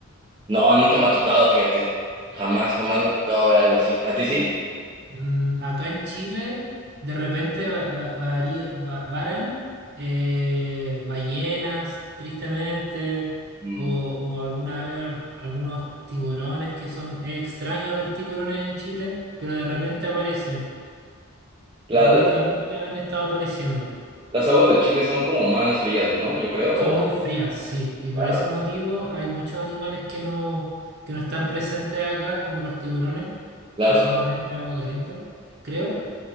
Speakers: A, on the right; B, on the right.
A: No, nunca me ha tocado, fíjate. Jamás, jamás me ha tocado ver algo así. ¿A ti sí?
B: Mm, acá en Chile, de repente va- va- varía- va- varan eh, ballenas, tristemente,
A: Mm.
B: o, o alguna vez algunos tiburones, que son es extraño ver tiburones en Chile, pero de repente aparecen.
A: La-
B: A últimamente
A: la-
B: han estado apareciendo.
A: las aguas de Chile son como más frías, ¿no? Yo creo,
B: Son
A: o...
B: muy frías, sí, y por
A: Claro.
B: ese motivo hay muchos animales que no, que no están presentes acá, como los tiburones,
A: Claro.
B: que son más bien de agua caliente, creo.
A: sí.